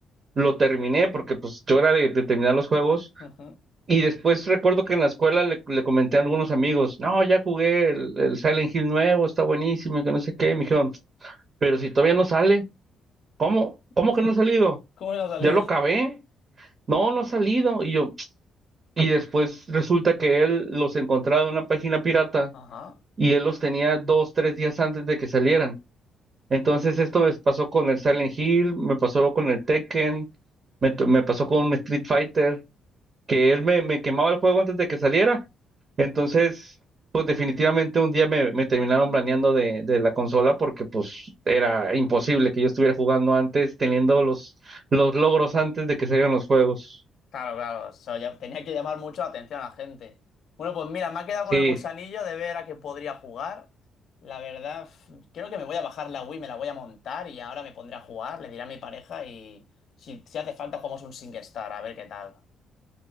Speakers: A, on the right; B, on the left.
A: lo terminé porque pues yo era de, de terminar los juegos
B: Ujú.
A: y después recuerdo que en la escuela le, le comenté a algunos amigos, no, ya jugué el, el Silent Hill nuevo, está buenísimo y que no sé qué, y me dijeron, pero si todavía no sale, ¿cómo?
B: <laughs>
A: ¿Cómo que no ha salido?
B: ¿Cómo le ha salido?
A: ¿Ya lo acabé? No, no ha salido. Y yo, y después resulta que él los encontraba en una página pirata
B: Ajá.
A: y él los tenía dos, tres días antes de que salieran. Entonces esto me pasó con el Silent Hill, me pasó con el Tekken, me, t- me pasó con un Street Fighter. que él me, me quemaba el juego antes de que saliera. Entonces, pues definitivamente un día me, me terminaron baneando de, de la consola porque pues era imposible que yo estuviera jugando antes, teniendo los, los logros antes de que salieran los juegos.
B: Claro, claro. eso ya- tenía que llamar mucho la atención a la gente. Bueno, pues mira, me ha quedado
A: Sí,
B: con el gusanillo de ver a qué podría jugar. La verdad, f- creo que me voy a bajar la Wii, me la voy a montar y ahora me pondré a jugar, le diré a mi pareja y si, si hace falta jugamos un SingStar, a ver qué tal.